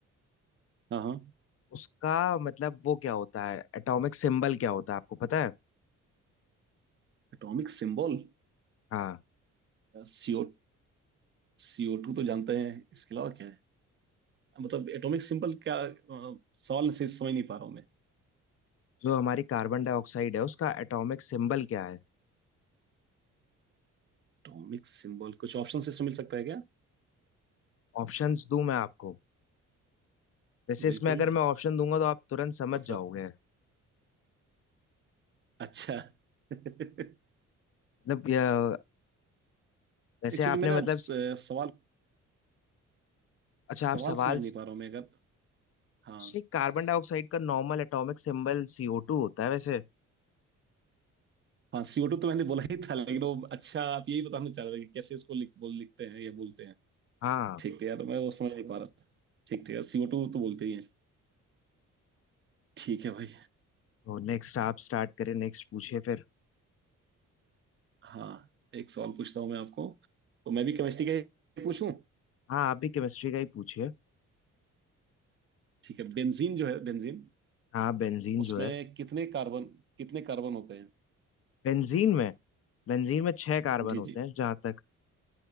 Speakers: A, on the right; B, on the left.
A: हाँ हाँ
B: उसका मतलब वो क्या होता है एटॉमिक सिंबल क्या होता है आपको पता है
A: Atomic symbol
B: हाँ
A: C O C O two तो जानते हैं इसके अलावा क्या है मतलब एटॉमिक सिंबल क्या अ, सवाल से समझ नहीं पा रहा हूँ
B: जो हमारी कार्बन डाइऑक्साइड है उसका एटॉमिक सिंबल क्या है
A: एटॉमिक सिंबल कुछ ऑप्शन इसमें मिल सकता है क्या
B: ऑप्शंस दूं मैं आपको वैसे इसमें
A: बिल्कुल
B: अगर मैं ऑप्शन दूंगा तो आप तुरंत समझ
A: थोड़ा सा
B: जाओगे
A: अच्छा <laughs>
B: मतलब यह- वैसे
A: एक्चुअली
B: आपने
A: मैं ना
B: मतलब
A: स- सवाल
B: अच्छा
A: सवाल
B: आप सवाल
A: समझ नहीं पा रहा हूँ मैं अगर हाँ
B: एक्चुअली कार्बन डाइऑक्साइड का नॉर्मल एटॉमिक सिंबल CO2 होता है वैसे
A: हाँ सीओ टू तो मैंने बोला ही था लेकिन वो अच्छा आप यही बताना चाह रहे थे कि कैसे इसको लिख बोल लिखते हैं या बोलते हैं
B: हाँ
A: ठीक है यार मैं वो समझ नहीं पा रहा था ठीक है सीओ टू तो बोलते ही हैं ठीक है भाई
B: तो नेक्स्ट आप स्टार्ट करें नेक्स्ट पूछिए फिर
A: हाँ एक सवाल पूछता हूँ मैं आपको तो मैं भी केमिस्ट्री का ही पूछूं
B: हाँ आप भी केमिस्ट्री का ही पूछिए
A: ठीक है बेंजीन जो है बेंजीन
B: हाँ बेंजीन जो
A: उसमें
B: है
A: कितने कार्बन कितने कार्बन होते हैं
B: बेंजीन में बेंजीन में छह कार्बन
A: जी
B: होते
A: जी
B: हैं जहाँ तक